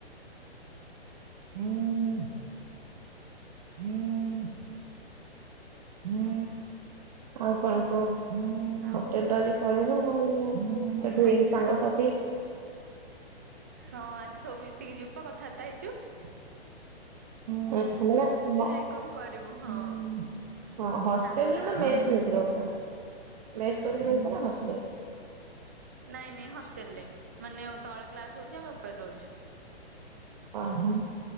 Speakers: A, on the right; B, on the right.
A: ହୁଁ ହୁଁ ହୁଁ ଆଉ କଣ କୁହ ହୁଁ
B: ଆଉ
A: ହୋଟେଲ ତ ଆଜି ପଳେଇବ ଆଉ। ସବୁ
B: ଆଜ୍ଞା
A: ହେଇ ସାଙ୍ଗ ସାଥି।
B: ହଁ ଆଜି ସବୁ ମିଶିକି ଯିବୁ ପା କଥାବାର୍ତ୍ତା ହେଇଚୁ।
A: ତୋ ଛୁଆ ପିଲା
B: ଯାଇ
A: ହୁଁ।
B: କଣ କରିବୁ ହଁ।
A: ହଷ୍ଟେଲ୍
B: ସାଙ୍ଗସାଥି
A: ନା ମେସ୍
B: ସମ
A: ନେଇକି ରହୁଥିଲ। ମେସ୍ କରିକି
B: ଆଜ୍ଞା
A: ରହୁଛ ହଷ୍ଟେଲ
B: ନାଇଁ ନାଇଁ ହଷ୍ଟେଲରେ ମାନେ ତଳେ କ୍ଲାସ ହଉଚି ଆମ ଉପରେ ରହୁଛୁ।
A: ଓ ହୋ।